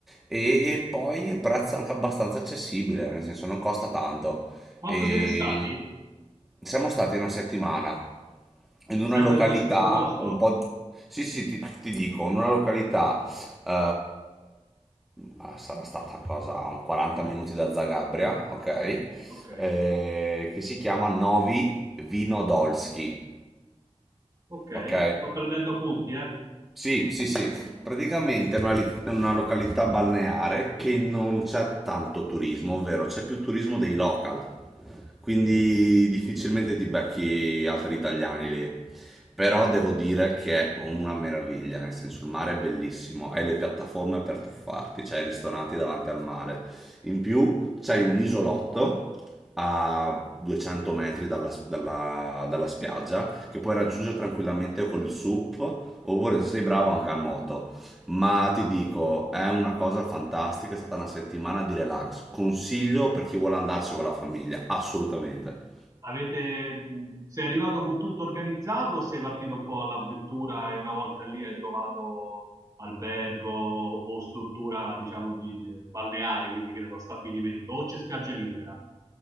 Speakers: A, in the centre; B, on the right.
A: E poi il prezzo è anche abbastanza accessibile, nel senso non costa tanto.
B: Quanto
A: E
B: siete stati?
A: siamo stati una settimana in una
B: Sempre
A: località
B: nello stesso posto?
A: un po'... Sì, sì, ti, ti dico, in una località... eh, ah, sarà stata a cosa, a un 40 minuti da Zagabria, ok?
B: Ok,
A: Eh, che si chiama Novi Vinodolski,
B: ok,
A: ok?
B: sto prendendo appunti, eh.
A: Sì, sì, sì, praticamente è una, li- è una località balneare che non c'è tanto turismo, ovvero c'è più turismo dei local, quindi difficilmente ti becchi altri italiani lì. Però devo dire che è una meraviglia, nel senso il mare è bellissimo, hai le piattaforme per tuffarti, c'hai i ristoranti davanti al mare, in più c'hai un isolotto a 200 metri dalla dalla- dalla spiaggia che puoi raggiungere tranquillamente col SUP, oppure se sei bravo anche a nuoto. Ma ti dico, è una cosa fantastica, è stata una settimana di relax. Consiglio per chi vuole andarci con la famiglia, assolutamente.
B: Avete, mh, sei arrivato con tutto organizzato o sei partito un po' all'avventura e una volta lì hai trovato albergo o struttura, diciamo, di, di- balneare, quindi che ne so, stabilimento, o c'è spiaggia libera?